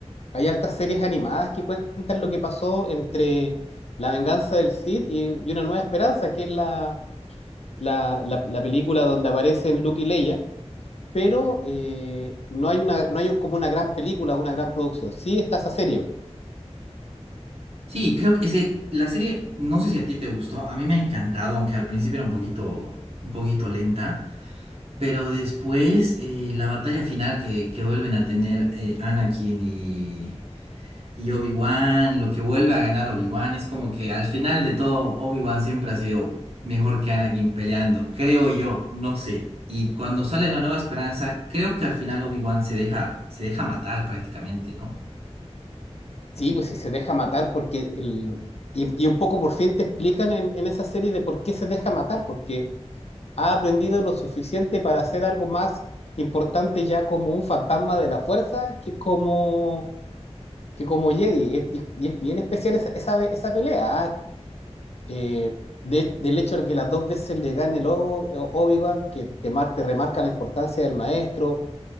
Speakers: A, on the left; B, on the right.
A: hay hartas series animadas que cuentan lo que pasó entre La venganza del Sith y, y Una nueva esperanza, que es la, la, la- la película donde aparecen Luke y Leia. Pero eh, no hay una, no hay un- como una gran película, una gran producción. Sí está esa serie,
B: Sí, creo que es que la serie, no sé si a ti te gustó, a mí me ha encantado, aunque al principio era un poquito, un poquito lenta. Pero después, eh, la batalla final que, que vuelven a tener eh, Anakin y, y Obi-Wan, lo que vuelve a ganar Obi-Wan, es como que al final de todo, Obi-Wan siempre ha sido mejor que Anakin peleando, creo yo, no sé. Y cuando sale La Nueva Esperanza, creo que al final Obi-Wan se deja, se deja matar prácticamente, ¿no?
A: Sí, pues si se deja matar, porque el, y, y un poco por fin te explican en, en esa serie de por qué se deja matar, porque ha aprendido lo suficiente para hacer algo más importante ya como un fantasma de la fuerza que como, que como Jedi. Y es, y es y es bien especial esa, esa, esa pelea. ¿ah? Eh, de- del hecho de que las dos veces le gane el O- eh, Obi-Wan, que te, mar- te remarca la importancia del maestro,